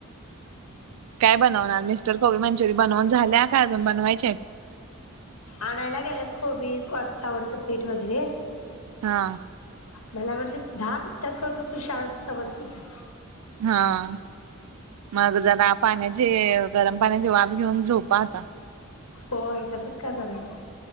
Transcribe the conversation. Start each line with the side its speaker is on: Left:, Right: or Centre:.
Right: काय बनवणार मिस्टर कोबी मंचुरी बनवून झाल्या का अजून बनवायच्या आहित.
Left: आणायला गेल्यात कोबीज कॉर्नफ्लाॉवरचं पीठ वगैरे-‍-
Right: हा
Left: मला म्हटलीत दहा मिनटात करतो तू शांत बस म्हटलीत.
Right: हा मग जरा पाण्याच गरम पाण्याची वाफ घेऊन झोपा आता.
Left: होय तसच करणार आहे बघा.